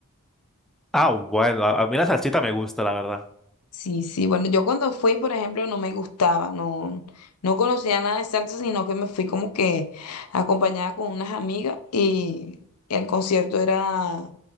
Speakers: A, in the centre; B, on the left.
A: Ah, bueno, a, a mí la salsita me gusta, la verdad.
B: Sí, sí, bueno, yo cuando fui, por ejemplo, no me gustaba, no, no conocía nada de salsa, sino que me fui como que acompañada con unas amigas y el concierto era